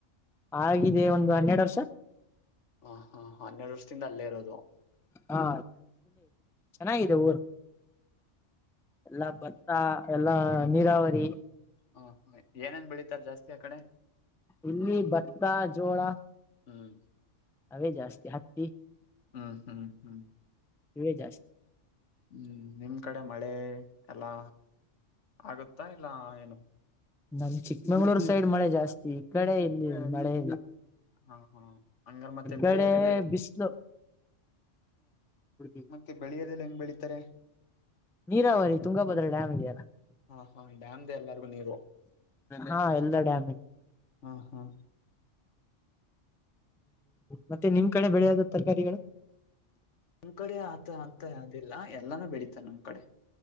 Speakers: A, in the centre; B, on the left (about 70°).
A: ಆಗಿದೆ ಒಂದು ಹನ್ನೆರಡು ವರ್ಷ
B: ಹ ಹಾ ಹನ್ನೆರಡು ವರ್ಷದಿಂದ ಅಲ್ಲೇ ಇರೋದು
A: ಹಾ ಚೆನ್ನಾಗಿದೆ ಊರ್ ಎಲ್ಲಾ ಭತ್ತ ಎಲ್ಲಾ ನೀರಾವರಿ
B: ಹ ಏನೇನ್ ಬೆಳಿತಾರ ಜಾಸ್ತಿ ಆ ಕಡೆ
A: ಇಲ್ಲಿ ಭತ್ತ ಜೋಳ
B: ಹ್ಮ್
A: ಅವೇ ಜಾಸ್ತಿ ಹತ್ತಿ
B: ಹ ಹಾ ಹ್ಮ
A: ನೀ ಜಾಸ್ತಿ
B: ಹ್ಮ್ ನಿಮ್ ಕಡೆ ಮಳೆ ಎಲ್ಲಾ ಆಗುತ್ತಾ ಇಲ್ಲ ಏನು
A: ನಮ ಚಿಕ್ಕಮಂಗ್ಳೂರ್ ಸೈಡ್ ಮಳೆ ಜಾಸ್ತಿ ಈ ಕಡೆ ಇಲ್ಲಿ ಮಳೆ.
B: ಹಾ ಹಾ ಹಂಗಾರ ಮತ್ತೆ ಬೆಳಿಯದೆಲ್ಲ.
A: ಕಡೆ ಬಿಸಿಲು ಹ
B: ಮತ್ತೆ ಬೆಳೆಯೋದೆಲ್ಲ ಹೆಂಗ್ ಬೆಳಿತಾರೆ.
A: ನೀರಾವರಿ ತುಂಗಭದ್ರಾ ಡ್ಯಾಮ್ ಇದೆಯಲ್ಲ.
B: ಹಾ ಹಾ ಡ್ಯಾಮ್ದ ಎಲ್ಲಾರ್ಗು ನೀರು
A: ಹಾ ಎಲ್ಲ ಡಾಮ.
B: ಹಾ ಹಾ.
A: ಮತ್ತೆ ನಿಮ್ ಕಡೆ ಬೆಳೆಯಾದ ತರಕಾರಿಗಳು
B: ನಿಮ್ ಕಡೆ ಆತ ಅಂತ ಅದಿಲ್ಲ ಎಲ್ಲಾನು ಬೆಳೀತಾನ ನಮ್ ಕಡೆ.